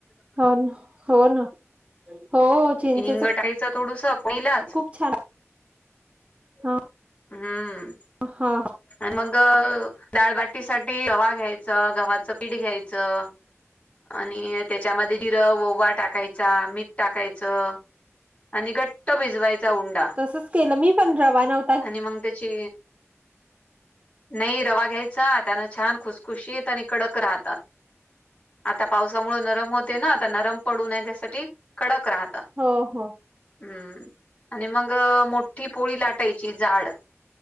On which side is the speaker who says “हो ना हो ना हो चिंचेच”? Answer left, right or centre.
Right